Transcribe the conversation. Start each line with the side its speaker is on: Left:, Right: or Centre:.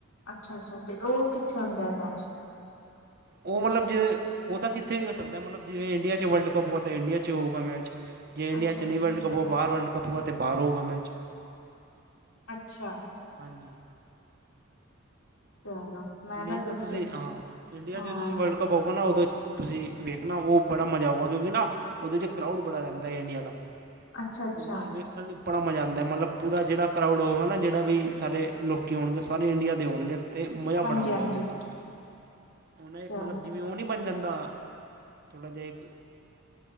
Left: ਅੱਛਾ ਅੱਛਾ ਤੇ ਉਹ ਕਿੱਥੇ ਹੁੰਦਾ ਹੈ ਮੈਚ
Right: ਉਹ ਮਤਲਬ ਜੇ, ਉਹਦਾ ਕਿੱਥੇ ਵੀ ਹੋ ਸਕਦਾ ਮਤਲਬ ਜਿਵੇਂ ਇੰਡੀਆ ਚ ਵਰਲਡ ਕੱਪ ਹੋਗਾ ਤਾਂ ਇੰਡੀਆ 'ਚ ਹੋਊਗਾ ਮੈਚ। ਜੇ ਇੰਡੀਆ
Left: ਅੱਛਾ-ਅੱਛਾ,
Right: ਚ ਨਹੀਂ ਵਰਲਡ ਕਪ ਹੋਵੇ ਬਾਹਰ ਵਰਲਡ ਕਪ ਹੋਗਾ ਤਾਂ ਬਾਹਰੋਂ ਹੋਵੇਗਾ ਮੈਚ
Left: ਅੱਛਾ
Right: ਹਾਂਜੀ
Left: ਚਲੋ ਮੈਂ ਨਾ
Right: ਮੇਨ ਤਾਂ
Left: ਦੱਸ
Right: ਤੁਸੀਂ ਹਾਂ ਇੰਡੀਆ
Left: ਹਾਂ
Right: ਚ ਵਰਲਡ ਗਾ ਨਾਦੋਂ ਤੁਸੀਂ ਵੇਖਣਾ ਉਹ ਬੜਾ ਮਜ਼ਾ ਆਊਗਾ ਕਿਉਂਕਿ ਨਾ ਉਹਦੇ ਚ ਕਰਾਉਡ ਬੜਾ ਰਹਿ ਇੰਡੀਆ ਦਾ
Left: ਅੱਛਾ-ਅੱਛਾ,
Right: ਉਹਨਾਂ ਵ ਹਾਂਜੀ ਬੜਾ ਮਜ਼ਾ ਆਂਦਾ ਮਤਲਬ, ਪੂਰਾ ਜਿਹੜਾ ਕਰਾਊਡ ਹੋਊਗਾ ਨਾਂ, ਜਿਹੜਾ ਵੀ ਸਾਾਰੇ ਲੋਕ ਆਉਣਗੇ ਸਾਰੇ ਇੰਡੀਆ ਦੇ ਹੋਣਗੇ ਤੇ ਮਜਾ ਬੜਾ
Left: ਹਾਂਜੀ-ਹਾਂਜੀ
Right: ਆਊਗਾ ਵੇਖਣ ਓਹਨੇ
Left: ਚਲੋ
Right: ਜਿਵੇਂ ਇਉਂ ਨਹੀਂ ਬਣ ਜਾਂਦਾ ਥੋੜ੍ਹਾ ਜਿਹਾ ਇੱਕ